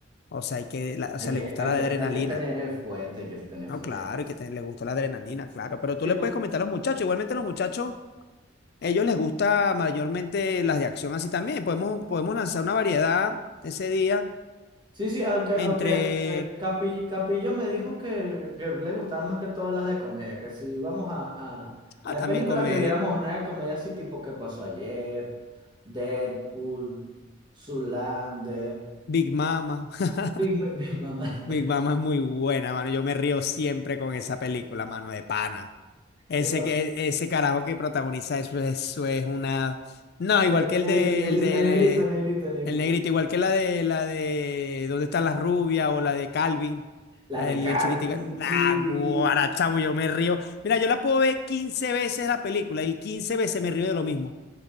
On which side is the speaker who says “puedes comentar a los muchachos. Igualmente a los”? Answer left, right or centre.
Left